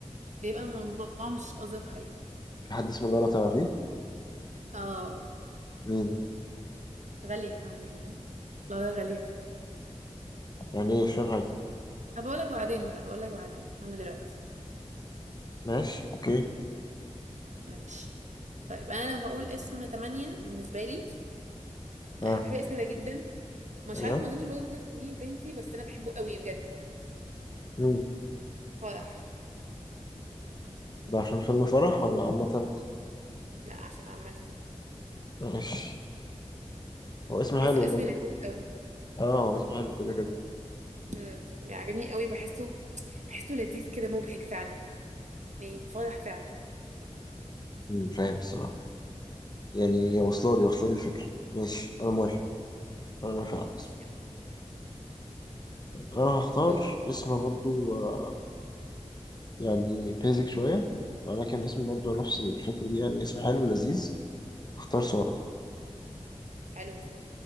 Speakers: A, on the right; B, on the left.
A: بيبقى الموضوع مش أظرف حاجة
B: في حد اسمه لارا تعرفيه
A: اه
B: مين
A: غالية كمان يعني لا غالية
B: يعني ايه مش فاهم حاجة
A: هبقولك بعدين بقى بقولك بعدين مش مهم دلوقتي
B: ماشي اوكي
A: ماشي طيب أنا لو هقول اسم تمانية بالنسبة لي
B: اه
A: أنا بحب الاسم ده جدا مش
B: ايوه
A: عارفة ما أظنش برضه ممكن أسميه لبنتي بس أنا بحبه قوي بجد
B: مم.
A: فرح
B: ده عشان فيلم فرح ولا عامة
A: لا عشان عامة
B: ماشي هو اسم
A: بحسه
B: حلو
A: اسم
B: برضه
A: لذيذ قوي
B: اه هو اسم حلو كده كده
A: امم بيعجبني قوي بحسه بحسه لذيذ كده مبهج فعلا يعني فرح فعلا
B: مم، فاهم الصراحة يعني واصلة لي واصلة لي الفكرة ماشي انا موافق
A: امم
B: انا موافق
A: ماشي
B: على الاسم انا هختار
A: دول
B: اسم برضه آه، يعني بيزك شوية ولكن اسم برضه نفس الفكرة دي يعني اسم حلو لذيذ هختار
A: امم
B: سارة
A: حلو